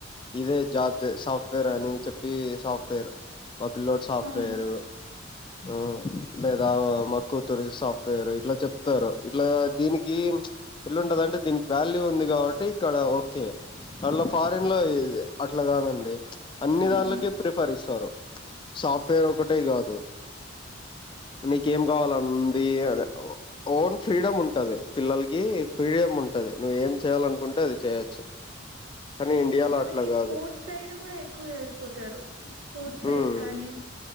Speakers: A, on the left (about 25°); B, on the right (about 80°).
A: ఇదే జాబ్ సాఫ్ట్‌వేర్ అని చెప్పి సాఫ్ట్‌వేర్ మా పిల్లోడు సాఫ్ట్‌వేరు
B: అవును
A: ఆ లేదా మా కూతురు సాఫ్ట్వేర్ ఇట్లా చెప్తారు ఇట్లా దీనికి ఎట్లుంటదంటే దీనికి వాల్యూ ఉంది కాబట్టి ఇక్కడ ఓకే అందులో ఫారిన్ లో అట్లా కాదండి అన్ని
B: అవునవును
A: దానిలకి ప్రిఫర్ ఇస్తారు సాఫ్ట్వేర్ ఒకటే కాదు నీకేం కావాలంది అ ఓన్ ఫ్రీడమ్ ఉంటది పిల్లలకి ఫ్రీడమ్ ఉంటది నువ్వు ఏం చేయాలనుకుంటే అది చేయొచ్చు కానీ ఇండియాలో
B: వాళ్ళకి
A: అట్లా కాదు
B: స్పోర్ట్స్ సైడ్ కూడా ఎక్కువ వెళ్ళిపోతారు స్పోర్ట్స్
A: హ్మ్
B: సైడ్ కానీ